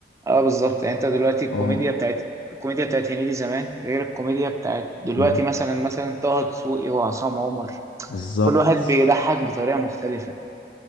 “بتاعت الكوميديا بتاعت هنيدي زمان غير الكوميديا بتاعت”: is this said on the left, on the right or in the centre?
Right